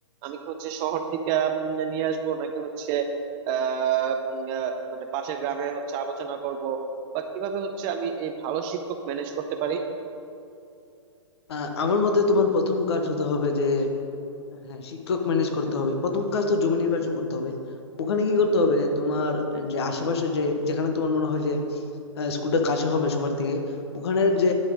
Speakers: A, on the right; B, on the left.
A: আমি কি হচ্ছে শহর থেকে উম, নিয়ে আসবো নাকি হচ্ছে আহ উম, আহ, মানে পাশের গ্রামে হচ্ছে আলোচনা করব বা কিভাবে হচ্ছে আমি এই ভালো শিক্ষক ম্যানেজ করতে পারি
B: আহ, আমার মতে তোমার প্রথম কাজ হতে হবে যে হ্যাঁ শিক্ষক ম্যানেজ করতে হবে প্রথম কাজ তো জমি নির্বাচন করতে হবে ওখানে কি করতে হবে তোমার যে আশেপাশে যে যেখানে তোমার মনে হয় যে আহ, স্কুলটা কাছে হবে সবার থেকে ওখানের যে